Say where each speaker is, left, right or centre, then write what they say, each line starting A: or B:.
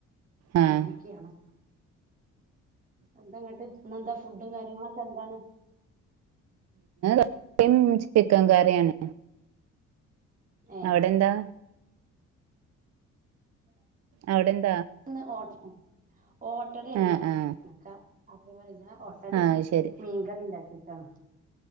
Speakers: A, on the right; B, on the right.
A: ആഹ്
B: അങ്ങനെയൊക്കെയാണ്. എന്ത? ങ്ങട്ട് ഇന്നെന്താ ഫുഡും കാര്യങ്ങളൊക്കെ എന്താണ്
A: <unintelligible> ചിക്കൻ കറിയാണ്
B: ഏ
A: അവിടെ എന്താ? അവിടെന്ത
B: ന്ന് ഓ <unintelligible> ഓട്ടടെണ്
A: ആഹ്
B: അറിയ
A: ആഹ്
B: നിക്ക അറിയോ അറീല. ഓട്ടടിം
A: ആഹ് അത് ശരി
B: മീൻ കറി ഇണ്ടാക്കീക്കാണ്.